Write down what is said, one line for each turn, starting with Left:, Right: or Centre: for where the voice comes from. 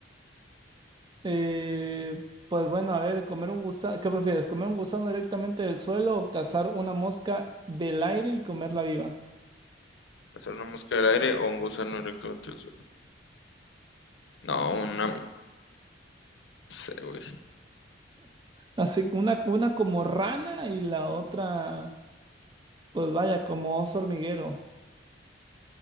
Right: eh, pues bueno, a ver, comer un gusano. ¿Qué prefieres? ¿Comer un gusano directamente del suelo o cazar una mosca del aire y comerla viva?
Left: ¿Pasar una mosca del aire o un gusano directamente del suelo? No, una, no sé, güey.
Right: Así que una, una como rana y la otra, pues vaya, como oso hormiguero.